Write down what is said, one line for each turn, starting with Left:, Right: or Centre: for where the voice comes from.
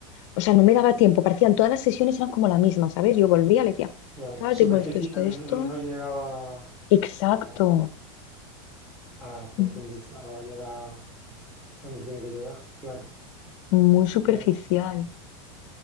Left: o sea, no me daba tiempo. Parecían todas las sesiones eran como la misma, ¿sabes? Yo volvía, le decía,
Centre: lo
Left: tal,
Centre: superficial
Left: tengo esto, esto, esto.
Centre: no llegaba
Left: Exacto,
Centre: a, a profundizar
Left: Mm.
Centre: o a llegar a donde tiene que llegar, claro,
Left: muy superficial.
Centre: que-